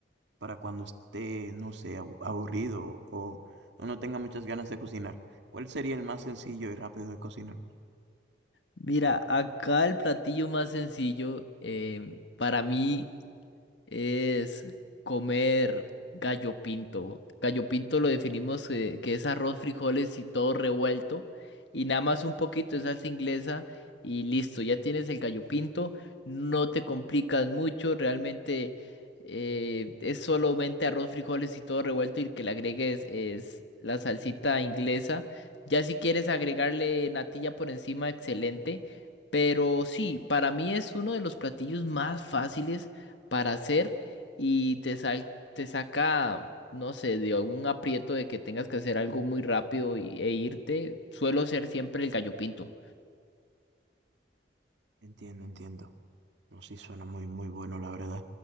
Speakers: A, on the right; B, on the left.
A: para cuando esté, no sé, abu- aburrido o, o no tenga muchas ganas de cocinar? ¿Cuál sería el más sencillo y rápido de cocinar?
B: Mira, acá el platillo más sencillo, em, para mí es comer gallo pinto. Gallo pinto lo definimos eh, que es arroz, frijoles y todo revuelto. Y nada más un poquito de salsa inglesa y listo, ya tienes el gallo pinto. No te complicas mucho, realmente eh, es solamente arroz, frijoles y todo revuelto y que le agregues es la salsita inglesa. Ya si quieres agregarle natilla por encima, excelente. Pero sí, para mí es uno de los platillos más fáciles para hacer y te sal- te saca, no sé, de algún aprieto de que tengas que hacer algo muy rápido y- e irte, suelo ser siempre el gallo pinto.
A: Entiendo, entiendo. No, sí, suena muy, muy bueno, la verdad.